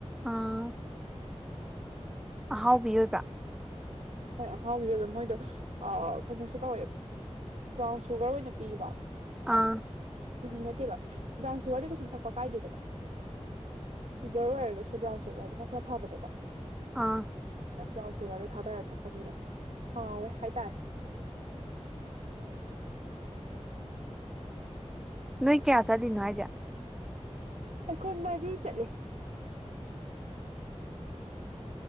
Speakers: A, in the centre; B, on the right.
A: ꯑꯥ ꯑꯍꯥꯎꯕꯤ ꯑꯣꯏꯕ
B: ꯍꯣꯏ ꯑꯍꯥꯎꯕꯤ ꯌꯣꯜꯂꯦ ꯃꯣꯏꯗꯣ ꯑ ꯀꯩꯅꯣꯁꯨ ꯇꯧꯋꯦ ꯎꯝ ꯕ꯭ꯔꯥꯎꯟ ꯁꯨꯒꯔ ꯑꯣꯏꯅ ꯄꯤꯕ
A: ꯑꯥ
B: ꯆꯤꯅꯤ ꯅꯠꯇꯦꯕ ꯕ꯭ꯔꯥꯎꯟ ꯁꯨꯒꯔꯗꯤ ꯀꯩꯁꯨꯝ ꯊꯛꯄ ꯀꯥꯏꯗꯦꯗꯅ ꯑꯗꯨꯅ ꯁꯨꯒꯔ ꯑꯣꯏꯔꯒꯁꯨ ꯕ꯭ꯔꯥꯎꯟ ꯁꯨꯒꯔꯗꯨꯅ ꯈꯔ ꯐꯕꯅꯦꯕ
A: ꯑꯥ
B: ꯕ꯭ꯔꯥꯎꯟ ꯁꯨꯒꯔꯗꯣ ꯊꯥꯗꯔ ꯊꯛꯄꯅꯤꯅ ꯍꯥꯎꯋꯦ ꯍꯥꯏꯇꯥꯔꯦ
A: ꯅꯣꯏ ꯀꯌꯥ ꯆꯠꯂꯤꯅꯣ ꯍꯥꯏꯁꯦ
B: ꯑꯩꯈꯣꯏ ꯃꯔꯤ ꯆꯠꯂꯦ